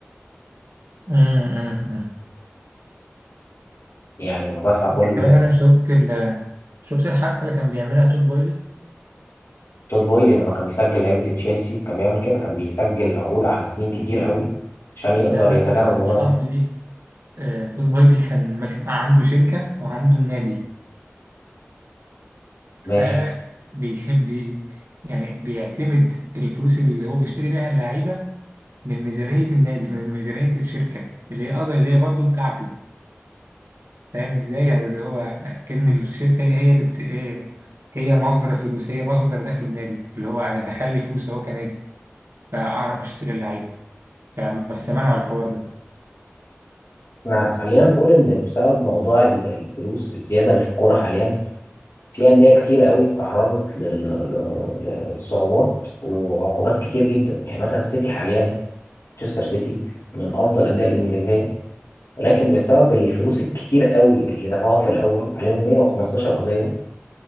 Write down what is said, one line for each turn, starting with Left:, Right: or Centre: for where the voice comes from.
Right: مم، مم، مم.
Left: يعني لو بدفع كل
Right: يعني انت مثلا شفت ال شفت الحركه اللي كان بيعملها توت بويلي
Left: تود بويلي لما كان بيسجل لعيبه تشيلسي كان بيعمل كده كان بيسجل العقود على سنين كتير قوي عشان يقدر
Right: لا لا
Left: يتجنب الموضوع
Right: آه، مش
Left: ده
Right: قصدي دي آه، توت بويلي كان ماسك عنده شركه وعنده النادي
Left: ماشي
Right: ف بي بي- يعني بيعتمد الفلوس اللي هو بيشتري بيها اللعيبه من ميزانيه النادي من ميزانيه الشركه اللي هي قضية اللي هي برضه بتاعته فاهم ازاي يعني اللي هو كأن الشركه دي هي اللي بت... هي هي مصدر فلوس هي مصدر دخل النادي اللي هو انا دخل لي فلوس اهو كنادي فاعرف اشتري اللعيبه يعني بس منعوا الحوار ده
Left: احنا خلينا نقول ان بسبب موضوع ال- الفلوس الزياده اللي في الكوره حاليا في انديه كتير قوي تعرضت ل- ل- ل- لصعوبات وعقوبات كتير جدا يعني مثلا السيتي حاليا مانشستر سيتي من افضل الانديه الانجليزيه ولكن بسبب الفلوس الكتير قوي اللي دفعوها في الأول عليهم 115 قضية